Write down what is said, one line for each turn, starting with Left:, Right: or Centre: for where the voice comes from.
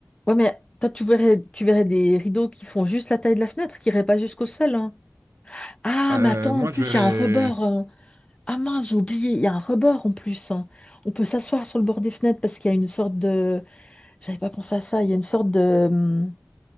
Left: ouais, mais toi tu verrais, tu verrais des rideaux qui font juste la taille de la fenêtre, qui iraient pas jusqu'au sol. hein. Ah,
Right: Euh,
Left: mais attends,
Right: moi,
Left: en plus,
Right: je verrais.
Left: il y a un rebord. euh, Ah mince, j'ai oublié, il y a un rebord en plus. hein. On peut s'asseoir sur le bord des fenêtres parce qu'il y a une sorte de... J'avais pas pensé à ça, il y a une sorte de... hum,